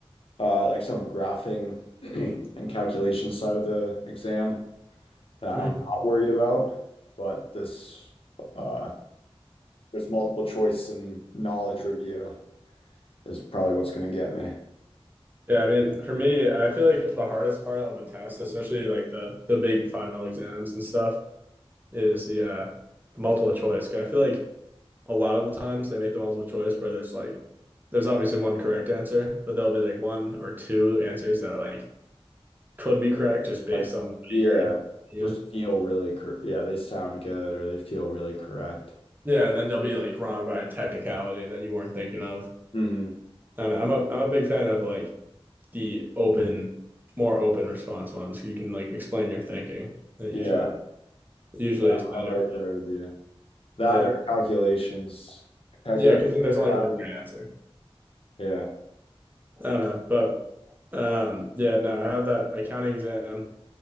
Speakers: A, on the left; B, on the right.
A: uh, like some graphing <clears throat> and calculation side of the exam that
B: Mhm.
A: I'm not worried about, but this, uh, this multiple choice and knowledge review is probably what's going to get me.
B: Yeah, I mean, for me, I feel like the hardest part of a test, especially like the the big final exams and stuff, is the uh, the multiple choice. 'Cause I feel like a lot of the times they make the multiple choice where there's like there's obviously one correct answer, but there'll be like one or two answers that like could be correct just based
A: Like,
B: on the way
A: yeah,
B: you're interviewing.
A: just feel really cor- yeah, they sound good or they feel really correct.
B: Yeah, and then they'll be like wrong by a technicality that you weren't thinking of.
A: hmm
B: And I'm a I'm a big fan of like the open, more open response ones. You can like explain your thinking. That
A: Yeah,
B: usually usually
A: yeah,
B: is
A: I'm
B: better.
A: right there with you. That
B: Yeah,
A: or calculations. Calculate
B: yeah, because there's
A: that.
B: only one right answer.
A: Yeah.
B: I don't know, but um, yeah, no, I have that accounting exam